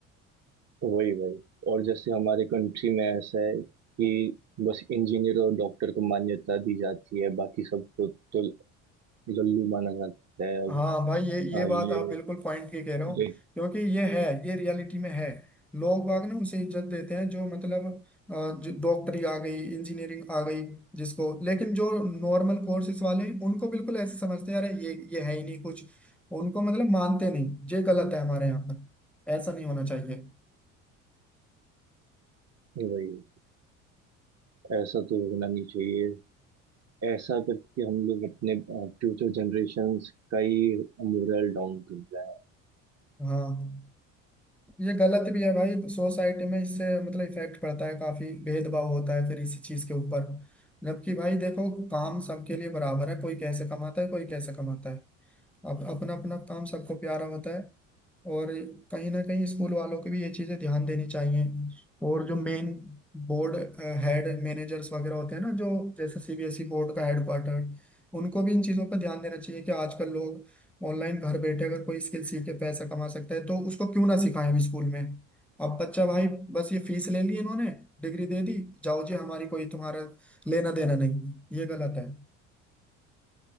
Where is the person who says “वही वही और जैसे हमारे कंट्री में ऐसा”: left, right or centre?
Right